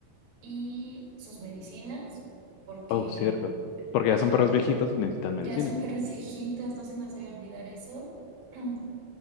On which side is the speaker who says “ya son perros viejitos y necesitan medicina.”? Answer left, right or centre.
Left